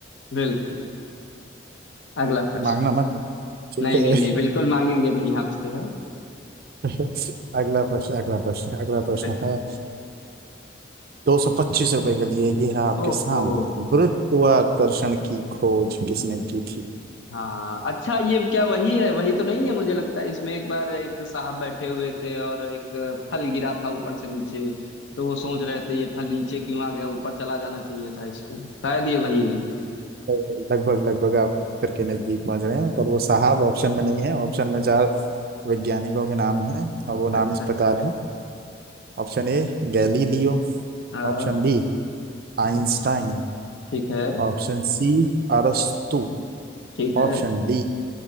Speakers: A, on the left; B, on the right.
A: बिल्कुल अगला प्रश्न
B: मांगना मत ठीक
A: नहीं
B: है
A: नहीं नहीं बिल्कुल मांगेंगे नहीं आपसे हम
B: <laughs> अगला प्रश्न अगला प्रश्न अगला प्रश्न
A: बिल्कुल
B: है दो सौ पच्चीस रुपए के लिए ये रहा आपके
A: ओहो
B: सामने गुरुत्वाकर्षण की खोज किसने की थी
A: हाँ अच्छा ये क्या वही है वही तो नहीं है मुझे लगता है इसमें एक बार एक साहब बैठे हुए थे और एक फल गिरा था ऊपर से नीचे तो वो सोच रहे थे ये फल नीचे क्यों आ गया ऊपर चला जाना चाहिए था इसको शायद ये वही है
B: तो लगभग लगभग आप उत्तर के नजदीक पहुंच रहे हैं पर वो साहब ऑप्शन में नहीं है ऑप्शन में चार वैज्ञानिकों के नाम हैं और वो नाम
A: अच्छा
B: इस
A: अच्छा
B: प्रकार हैं Option A Galileo
A: हाँ
B: option B Einstein
A: ठीक है
B: option C अरस्तु
A: ठीक है
B: ऑप्शन डी